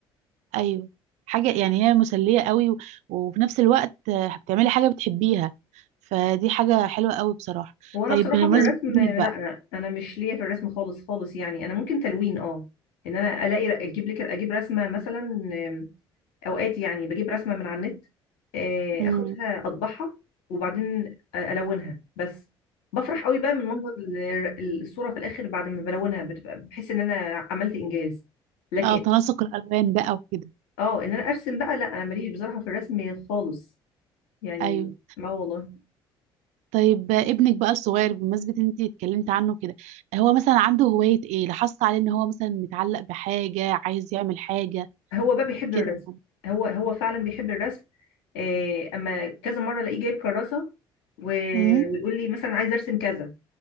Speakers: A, on the right (about 70°); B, on the left (about 75°).
A: ايوه حاجه يعني هي مسليه قوي و- وفي نفس الوقت آه، بتعملي حاجه بتحبيها فدي حاجه حلوه قوي بصراحه
B: هو انا
A: طيب
B: بصراحه
A: بمناسبه
B: في الرسم
A: ابنك
B: لا
A: بقى
B: انا مش ليا في الرسم خالص خالص يعني انا ممكن تلوين اه ان انا الاقي اجيب لك اجيب رسمه مثلا آم، اوقات يعني بجيب رسمه من على النت آه،
A: امم
B: اخدها اطبعها وبعدين الونها بس بفرح قوي بقى من منظر ال- الصوره في الاخر بعد ما بلونها بتبقى بحس ان انا عملت انجاز لكن
A: اه تناسق الالوان بقى وكده
B: اه ان انا ارسم بقى لا انا ماليش بصراحه في الرسم خالص يعني
A: ايوه
B: ما والله
A: طيب ابنك بقى الصغير بمناسبة ان انت اتكلمت عنه كده هو مثلا عنده هواية ايه لاحظت عليه ان هو مثلا متعلق بحاجة عايز يعمل حاجة
B: هو بقى بيحب
A: كده
B: الرسم
A: يعني
B: هو هو فعلا بيحب الرسم إيه اما كذا مره الاقيه جايب كراسه و...
A: امم
B: ويقول لي مثلا عايز ارسم كذا